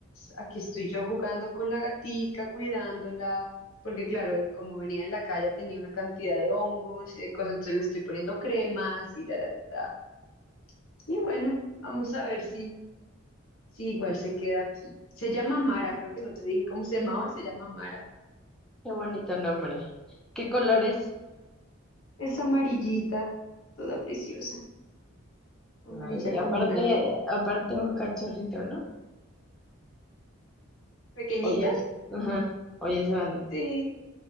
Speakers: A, on the left; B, in the centre.
A: aquí estoy yo jugando con la gatica, cuidándola, porque claro, eh, como venía de la calle tenía una cantidad de hongos y de cosas, entonces le estoy poniendo cremas y da, da, da. Y bueno, vamos a ver si, si igual se queda aquí. Se llama Mara, creo que no te dije cómo se llamaba, se llama Mara.
B: qué bonito nombre. ¿Qué colores?
A: Es amarillita, toda preciosa. Amarilla
B: Ay, y
A: con
B: aparte,
A: blanco.
B: aparte un cachorrito, ¿no?
A: ¿Pequeñita?
B: Oye, es, ajá, Oye, es grande.
A: Sí.